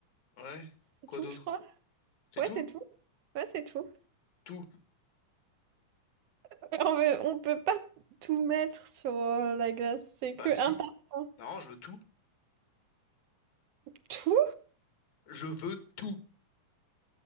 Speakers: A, on the left; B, on the right.
A: Ouais.
B: C'est
A: Quoi
B: tout,
A: d'autre?
B: je crois.
A: C'est
B: Ouais,
A: tout?
B: c'est tout. Ouais, c'est tout.
A: Tout.
B: <laughs> On veut- on peut pas tout mettre sur euh, la glace. C'est
A: Bah
B: que
A: si.
B: un parfum.
A: Non, je veux tout.
B: Tout,
A: Je veux tout.